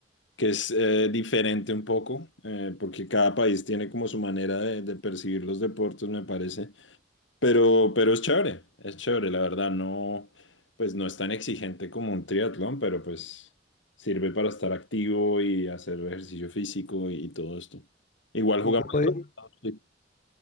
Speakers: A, on the left; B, on the left.
A: que es eh, diferente un poco, eh, porque cada país tiene como su manera de, de percibir los deportes, me parece. Pero, pero es chévere, es chévere, la verdad, no, pues no es tan exigente como un triatlón, pero pues sirve para estar activo y hacer ejercicio físico y, y todo esto. Igual
B: ¿Y
A: jugamos.
B: en qué, puede-
A: otro- sí.